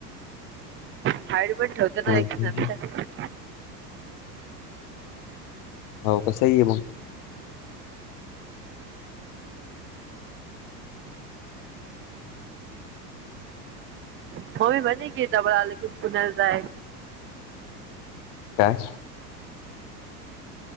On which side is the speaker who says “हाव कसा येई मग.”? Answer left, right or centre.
Left